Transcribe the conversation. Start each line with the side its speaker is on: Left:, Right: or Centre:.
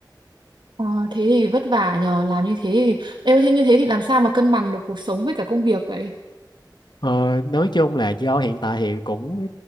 Right: Ờ, thế thì vất vả nhờ làm như thế thì em thế như thế thì làm sao mà cân bằng được cuộc sống với cả công việc vậy
Left: Ờ, nói chung là do hiện tại thì cũng